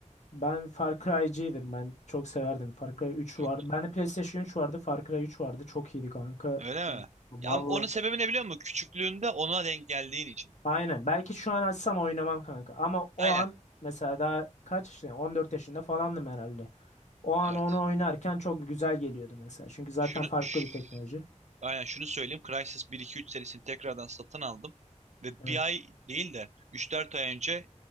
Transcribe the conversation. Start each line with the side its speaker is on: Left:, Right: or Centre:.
Left: Ben Far Cry'ciydim. Ben çok severdim. Far Cry 3 vardı.
Right: Yok.
Left: Bende PlayStation 3 vardı. Far Cry 3 vardı. Çok iyiydi kanka.
Right: Öyle
Left: Of,
Right: mi?
Left: Vallahi.
Right: Ya, ama onun sebebi ne biliyor musun? Küçüklüğünde ona denk geldiğin için.
Left: Aynen. Belki şu an açsam oynamam kanka. Ama o
Right: Aynen.
Left: an mesela daha kaç yaşında? 14 yaşında falandım herhalde. O an
Right: Evet.
Left: onu oynarken çok güzel geliyordu mesela. Çünkü zaten
Right: Şunu
Left: farklı
Right: ş-
Left: bir teknoloji.
Right: Aynen şunu söyleyeyim. Crysis bir iki üç serisini tekrardan satın aldım. Ve
Left: Evet.
Right: bir ay değil de üç dört ay önce